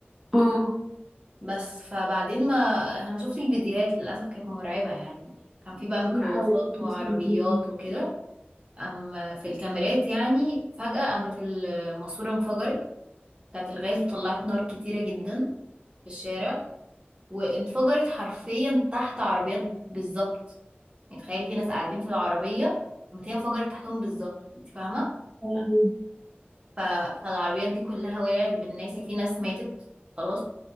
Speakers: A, in the centre; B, on the right (about 25°).
A: اه
B: بس فبعدين ما أنا شفت الفيديوهات للأسف كانت مرعبة يعني كان في بقى ميكروباصات
A: لا حول ولا
B: وعربيات
A: قوة إلا بالله
B: وكده أم في الكاميرات يعني فجأة قامت الماسورة انفجرت بتاعت الغاز وطلعت نار كتيرة جدا في الشارع وانفجرت حرفيا تحت عربيات بالظبط يعني تخيلي في ناس قاعدين في العربية قامت هي انفجرت تحتهم بالظبط انت فاهمة
A: يا لهوي
B: ف... فالعربيات دي كلها ولعت بالناس يعني في ناس ماتت خلاص